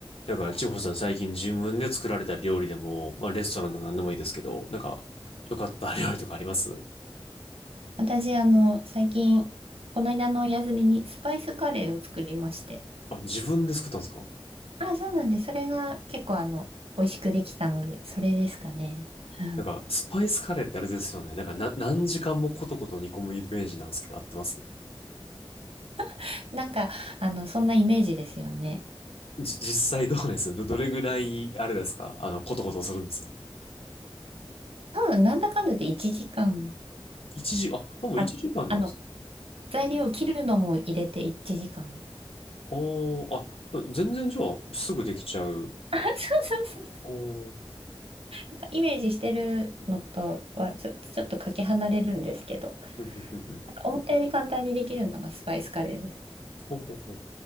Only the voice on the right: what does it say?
私、あの、最近、この間のお休みにスパイスカレーを作りまして。
あ、そうなんで、それが結構、あの、美味しくできたので、それですかね。うん
<laughs> なんか、あの、そんなイメージですよね。
多分、なんだかんだで1時間、
あ、あの、材料を切るのも入れて1時間ぐらい。
あ、そうそうそう。
なんかイメージしてるのとはちょ、ちょっとかけ離れるんですけど、
なんか思ったより簡単にできるのがスパイスカレーです。